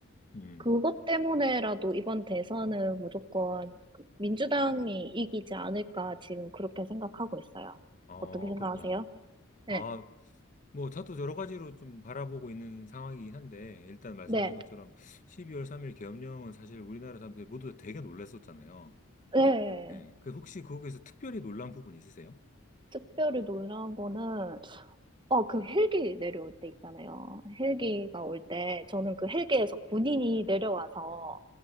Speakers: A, on the left; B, on the right.
A: 음,
B: 그것 때문에라도 이번 대선은 무조건 그 민주당이 이기지 않을까 지금 그렇게 생각하고 있어요.
A: 아,
B: 어떻게 생각하세요?
A: 그렇구나.
B: 네.
A: 아, 뭐 저도 여러 가지로 좀 바라보고 있는 상황이긴 한데 일단 말씀하신
B: 네.
A: 것처럼 12월 3일 계엄령은 사실 우리나라 사람들이 모두 다 되게 놀랐었잖아요.
B: 네.
A: 예. 그 혹시 거기에서 특별히 놀란 부분 있으세요?
B: 특별히 놀라운 거는 어, 그 헬기 내려올 때 있잖아요. 헬기가 올 때, 저는 그 헬기에서 군인이 내려와서